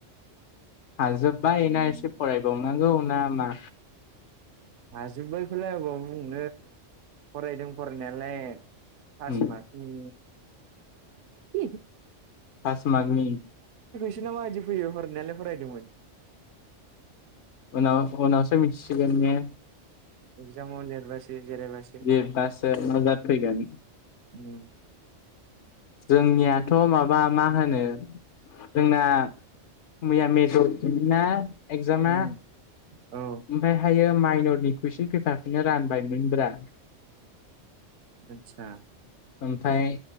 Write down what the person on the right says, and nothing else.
दंना
हाजोब्बायखौलाय अबाव बुंनो फरायदों फरायनायालाय । फास
मार्कनि <unintelligible>
सना माबायदि फैयो फरायनायालाय फरायदोंमोन।
एक्जामाव लिरबासो जिरायबासो
उम
उम औ
आतसा